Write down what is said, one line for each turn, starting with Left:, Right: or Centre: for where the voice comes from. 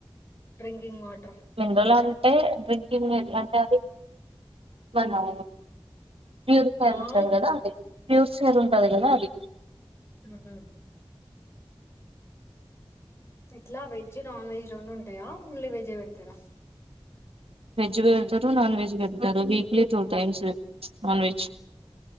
Left: డ్రింకింగ్ వాట
Right: మిందులు అంటే డ్రింకింగ్ ఎట్లాంటే అది మనావు వ్యూర్
Left: ఆ
Right: ఉంటంది కదా అది వ్యూసర్ ఉంటది కదా అది
Left: ఆహ ఇట్లా వెజ్ నాన్ వెజ్ రెండు ఉంటాయా ఓన్లీ వెజే పెడతారా
Right: వెజ్ వెడతారు నాన్ వెజ్ పెతారు weekly two times non veg